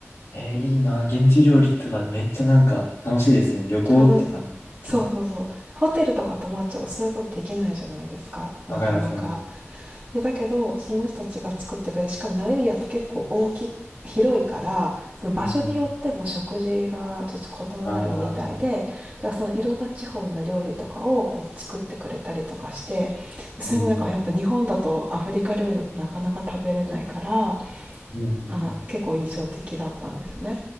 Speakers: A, on the left; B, on the right.
A: えーいいな。現地料理とかめっちゃなんか楽しいですよね。旅行って感じ
B: たどそう
A: で。
B: そうそうホテルとか泊まっちゃうとそういうことできないじゃないですかなかなか。
A: 若菜さん。
B: でだけどその人たちが作ってくれてしかもナミビアって結構大き広いからその場所によっても食事がちょっと異なるみたいでだからそのいろんな地方の料理とかをこう作ってくれたりとかしてそれもなんかやっぱ日本だとアフリカ料理だとなかなか食べれないから
A: うん。ああ、うん。うん。
B: あ結構印象的だったんですね。